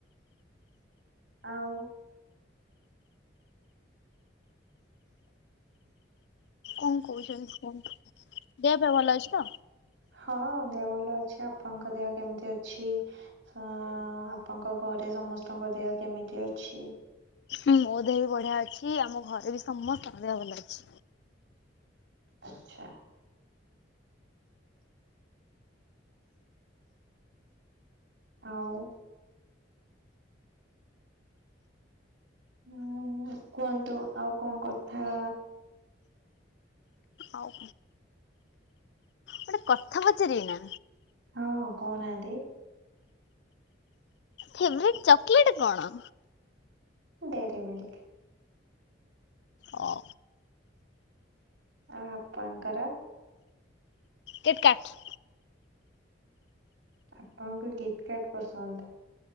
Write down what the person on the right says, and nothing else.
ଆଉ
ହଁ ଦେହ ଭଲ ଅଛି। ଆପଣଙ୍କ ଦେହ କେମିତି ଅଛି? ଅ ଆପଣଙ୍କ ଘରେ ସମସ୍ତଙ୍କ ଦେହ କେମିତି ଅଛି?
ଆଚ୍ଛା। ଆଉ ହୁଁ କୁହନ୍ତୁ ଆଉ କଣ କଥା।
ହଁ କହୁ ନାହାନ୍ତି।
Dairy Milk.
ଆଉ ଆପଣଙ୍କର?
ଆପଣଙ୍କୁ କିଟ୍ କାର୍ଟ ପସନ୍ଦ?